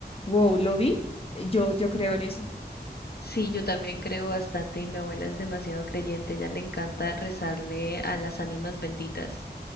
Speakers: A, on the left (about 35°); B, on the left (about 65°).
A: wow, lo vi, yo, yo creo en eso.
B: Sí, yo también creo bastante y mi abuela es demasiado creyente, ella le encanta rezarle a las ánimas benditas.